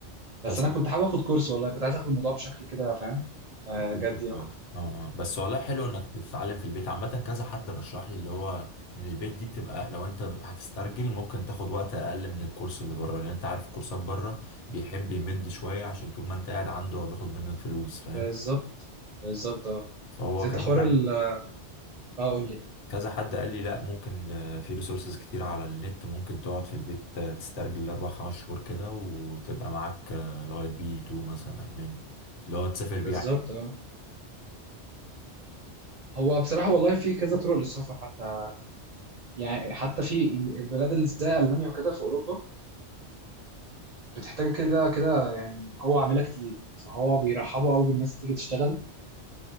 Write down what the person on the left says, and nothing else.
بس
بالظبط.
اه بس والله حلو انك بتتعلم في البيت عامة كذا حد رشح لي اللي هو ان البيت دي بتبقى لو انت هتسترجل ممكن تاخد وقت اقل من الكورس اللي بره لان انت عارف الكورسات بره بيحب يمد شوية عشان طول ما انت قاعد عنده هو بياخد منك فلوس فاهم
فهو
كذا
حد
كذا حد قال لي لا ممكن آه، في ريسورسز كتير على النت ممكن تقعد في البيت آه، تسترجل اربع خمس شهور كده وتبقى معاك آه، لغاية بي 2 مثلا الماني اللي هو تسافر بيه